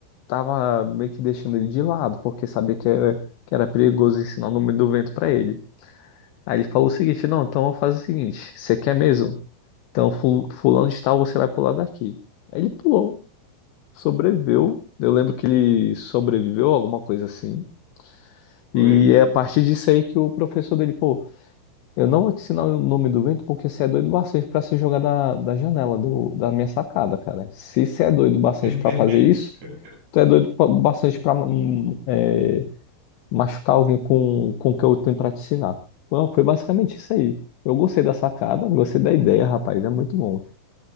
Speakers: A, on the left; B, on the right.
A: tava meio que deixando ele de lado, porque sabia que era, que era perigoso ensinar o nome do vento pra ele. Aí ele falou o seguinte, não, então vamos fazer o seguinte, você quer mesmo? Então fu- fulano de tal, você vai pular daqui. Aí ele pulou, sobreviveu. Eu lembro que ele sobreviveu, alguma coisa assim.
B: Foi,
A: E
B: foi.
A: é a partir disso aí que o professor dele, pô, eu não vou te ensinar o nome do vento porque você é doido bastante pra se jogar da, da janela do, da minha sacada, cara. Se você é doido bastante
B: <laughs>
A: pra fazer isso, tu é doido pa- bastante pra hum, é, machucar alguém com, com o que eu tenho pra te ensinar. Bom, foi basicamente isso aí. Eu gostei da sacada, gostei da ideia, rapaz, é muito bom.